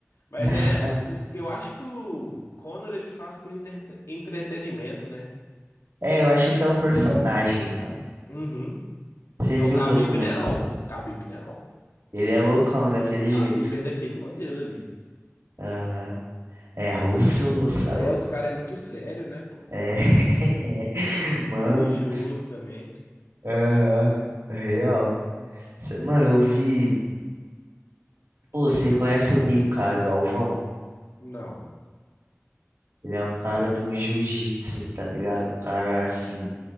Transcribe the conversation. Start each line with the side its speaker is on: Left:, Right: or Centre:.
Left: Mas
Right: <laughs>
Left: é, é- eu, eu acho que o Conor ele faz por entre- entretenimento, né?
Right: É, eu acho que é um personagem, mano.
Left: Uhum.
Right: Você
Left: O
Right: viu
Left: Khabib
Right: o documento?
Left: né? não. O Khabib não é não. O
Right: Ele é loucão daquele
Left: Khabib
Right: jeito.
Left: é daquele modelo ali.
Right: Aham. É russo, ou
Left: É,
Right: é louco.
Left: os caras é muito sério, né, pô?
Right: É, <laughs>
Left: Muito
Right: mano,
Left: religioso também.
Right: aham, Real. Cê- Mano, eu vi. Pô, você conhece o Mika Galvão?
Left: Não.
Right: Ele é um cara do jiu-jitsu, tá ligado? O cara, assim,